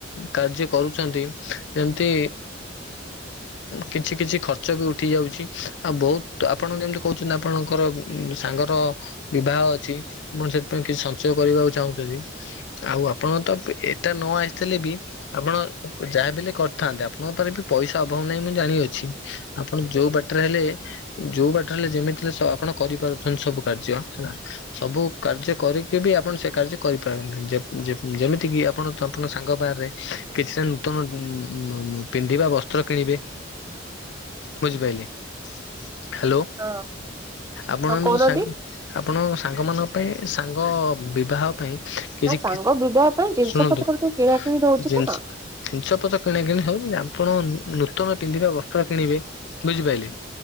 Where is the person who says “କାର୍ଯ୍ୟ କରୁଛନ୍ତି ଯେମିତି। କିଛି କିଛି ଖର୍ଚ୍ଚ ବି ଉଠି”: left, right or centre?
Left